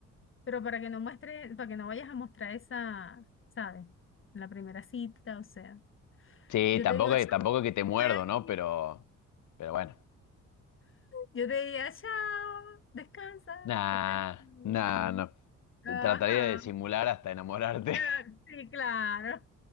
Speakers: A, on the left (about 40°); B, on the left (about 75°).
A: pero para que no muestres, para que no vayas a mostrar esa, ¿sabes? La primera cita, o sea.
B: Sí,
A: Yo
B: tampoco,
A: te digo,
B: es-
A: chao,
B: tampoco es que te muerdo,
A: güey".
B: ¿no? Pero, pero bueno.
A: yo te diría, chao, descansa,
B: Nah,
A: que estés bien.
B: nah, no.
A: Ajá.
B: Trataría de simular hasta enamorarte.
A: <laughs> Sí, claro.